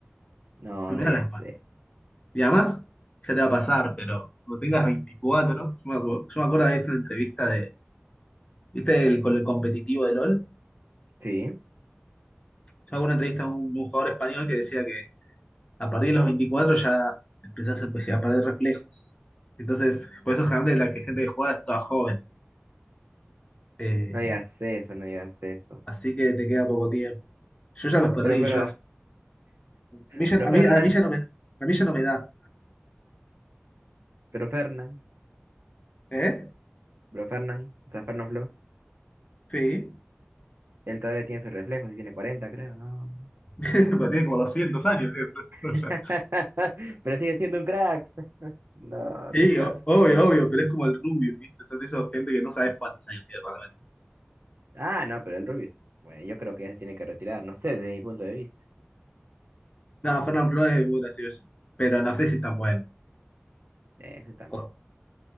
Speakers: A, on the right; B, on the left.
A: No,
B: no
A: no
B: me da
A: ya
B: las manos.
A: sé.
B: Y además, ya te va a pasar, pero cuando tengas 24, yo me acuerdo, yo me acuerdo de esta entrevista de, ¿viste el, con el competitivo de LOL?
A: Sí,
B: Yo hago una entrevista a un, un jugador español que decía que a partir de los 24 ya empezás a, empe- a perder reflejos. Entonces, por eso generalmente la que gente que juega es toda joven. Eh,
A: no digas eso, no digas eso.
B: Así que te queda poco tiempo. Yo ya los perdí,
A: Pero, pero,
B: yo ya- a mí ya,
A: pero
B: a
A: Fernán,
B: mí, a mí ya no me, a mí ya no me da.
A: pero Fernán,
B: ¿Eh?
A: pero Fernán, o sea, Fernán Flo,
B: Sí.
A: él todavía tiene sus reflejos y tiene cuarenta creo, ¿no?
B: <laughs> Pero tiene como 200 años, tío. No, no,
A: <laughs>
B: ya.
A: Pero sigue siendo un crack. No,
B: Sí,
A: se cansó.
B: o- obvio, obvio, pero es como el Rubio, ¿viste? Son de esas gente que no sabes cuántos años tiene realmente.
A: Ah, no, pero el Rubius, bueno, yo creo que ya se tiene que retirar, no sé, desde mi punto de vista.
B: No, Fernán Flores es muy gracioso, pero no sé si es tan bueno.
A: Eh, Eso también.
B: O-